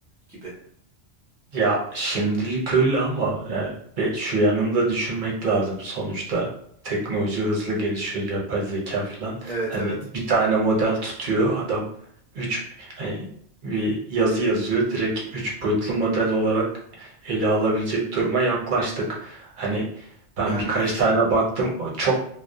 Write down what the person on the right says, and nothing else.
Ya şimdilik öyle ama yani ve şu yanında düşünmek lazım. Sonuçta teknoloji hızlı gelişiyor, yapay zeka falan.
Hani
bir tane model tutuyor adam 3 hani bir yazı yazıyor. Direkt 3 boyutlu model olarak ele alabilecek duruma yaklaştık. Hani ben
birkaç tane baktım o çok